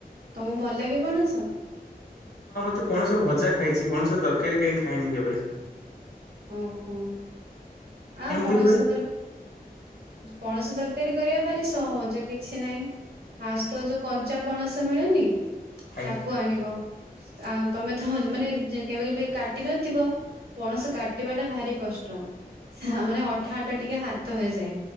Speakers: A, on the right; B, on the left.
A: ତମକୁ ଭଲ ଲାଗେ ପଣସ।
B: ହଁ ମତେ ପଣସ ଭଜା ଖାଇଛି ପଣସ ତରକାରୀ କାହିଁ ଖାଇନି କେବେ।
A: ଓହୋ ଆ
B: କେମିତି
A: ପଣସ
B: ହୁଏ?
A: ତର ପଣସ ତରକାରୀ କରିବା ପାଇଁ ଭାରି ସହଜ କିଛି ନାହିଁ। ଫାଷ୍ଟ ତ ଯୋଉ କଞ୍ଚା ପଣସ ମିଳୁନି
B: ଆଜ୍ଞା
A: ତାକୁ ଆଣିବ। ଆ ତମେ ଥହ ମାନେ କେବେ କେବେ କାଟି ନଥିବ ପଣସ କାଟି- କାଟିବା ଟା ଭାରି କଷ୍ଟ ମାନେ ଅଠା ଅଠା ଟିକେ ହାତ ହେଇଯାଏ।